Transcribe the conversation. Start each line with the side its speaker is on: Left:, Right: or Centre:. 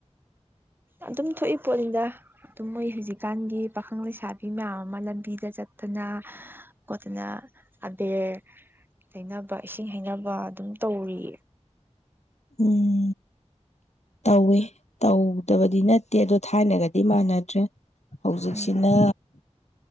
Right: ꯑꯗꯨꯝ ꯊꯣꯛꯏ ꯄꯣꯠꯅꯤꯗ ꯑꯗꯨꯝ ꯃꯣꯏ ꯍꯧꯖꯤꯛꯀꯥꯟꯒꯤ ꯄꯥꯈꯪ ꯂꯩꯁꯥꯕꯤ ꯃꯌꯥꯝ ꯑꯃ ꯂꯝꯕꯤꯗ ꯆꯠꯇꯅ ꯈꯣꯠꯇꯅ ꯑꯕꯦꯔ ꯇꯩꯅꯕ ꯏꯁꯤꯡ ꯍꯩꯅꯕ ꯑꯗꯨꯝ ꯇꯧꯔꯤ
Left: ꯎꯝ ꯇꯧꯋꯦ ꯇꯧꯗꯕꯗꯤ ꯅꯠꯇꯦ ꯑꯗꯣ ꯊꯥꯏꯅꯒꯗꯤ ꯃꯥꯟꯅꯗ꯭ꯔꯦ ꯍꯧꯖꯤꯛꯁꯤꯅ
Right: ꯎꯝ